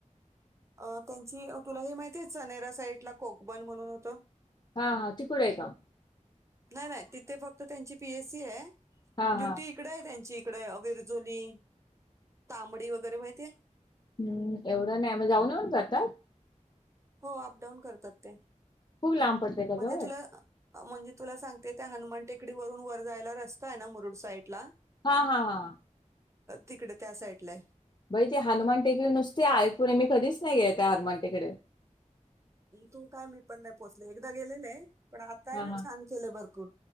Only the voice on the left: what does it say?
हा हा तिकड आहे का
हा
हा
हम्म एवढं नाही मग जाऊन येऊन करतात
खूप लांब पडतय का
जवळ?
हा हा हा
बाई ते हनुमान टेकडे नुसते आहे पुढे मी कधीच नाही गे त्या हनुमान टेकडे
हा
हा